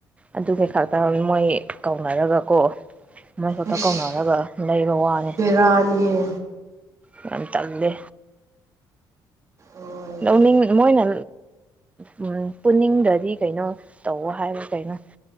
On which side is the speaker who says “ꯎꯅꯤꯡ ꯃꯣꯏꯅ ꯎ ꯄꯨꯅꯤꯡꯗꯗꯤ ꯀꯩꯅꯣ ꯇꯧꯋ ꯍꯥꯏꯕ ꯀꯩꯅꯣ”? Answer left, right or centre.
Right